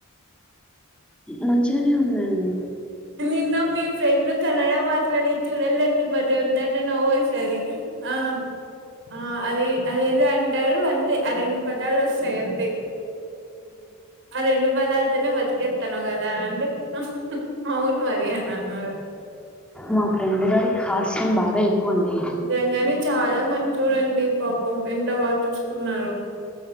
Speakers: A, in the centre; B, on the right.
A: మంచిగానే ఉందండి
B: నిన్న మీ ఫ్రెండ్ కన్నడ మాట్లాడే చూడలండి బలే ఉంటది అండ నవ్వుసరి ఆ ఆ అది అదేదో అంటారు అంతే ఆ రెండు పదాలు వస్తాయి అంతే ఆ రెండు పదాలుతనే బతుకేతానగ దాన్ ఆహ్ హు అవును మరియా అని అన్నా
A: మా ఫ్రెండ్ గాడికి హాస్యం బాగా ఎక్కువ అండి
B: నిజంగానే చాలా మంచోడండి పాపం ఎంత బా చూసుకున్నారు.